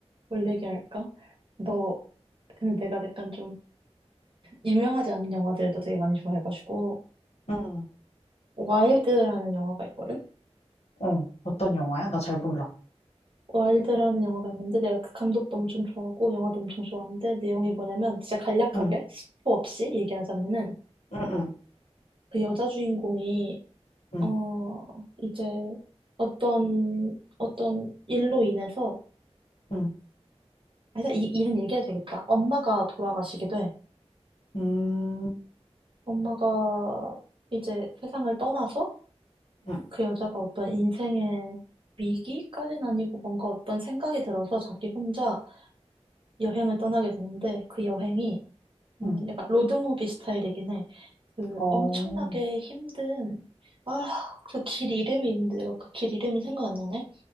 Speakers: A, on the right (about 50°); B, on the left (about 70°).
A: 뭘 얘기할까? 너, 근데 내가 약간 좀 유명하지 않은 영화들도 되게 많이 좋아해가지고,
B: 응.
A: 와일드라는 영화가 있거든?
B: 어, 어떤 영화야? 나 잘 몰라.
A: 와일드라는 영화가 있는데 내가 그 감독도 엄청 좋아하고 영화도 엄청 좋아하는데 내용이 뭐냐면 진짜 간략하게
B: 응,
A: 스포 없이 얘기하자면은
B: 응, 응,
A: 그 여자 주인공이
B: 응,
A: 어 이제 어떤 어떤 일로 인해서
B: 응,
A: 아니 이 일은 얘기해도 되겠다. 엄마가 돌아가시게 돼.
B: 음,
A: 엄마가 이제 세상을 떠나서
B: 응,
A: 그 여자가 어떤 인생의 위기까지는 아니고 뭔가 어떤 생각이 들어서 자기 혼자 여행을 떠나게 되는데 그 여행이
B: 응,
A: 음, 약간 로드무비 스타일이긴 해. 그
B: 어,
A: 엄청나게 힘든, 아, 그 길 이름이 있는데 내가 그 길 이름이 생각 안 나네?